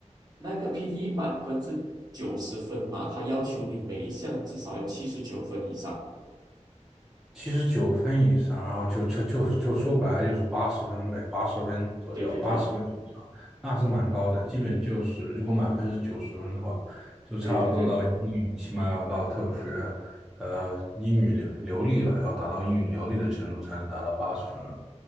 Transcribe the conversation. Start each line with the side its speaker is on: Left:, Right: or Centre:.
Right: 那个 PTE 满分是九十分嘛，他要求你每一项至少要七十九分以上。
Centre: 七十九分以上，然后就就就是就说白了就是八十分呗，八十分左右，
Right: 对对对
Centre: 八十分以上，那是蛮高的。基本就是如果满分是九十分的话，就差不多到英语起码要到特别是呃英语流流利了，
Right: 对对对
Centre: 要达到英语流利的程度才能达到八十分了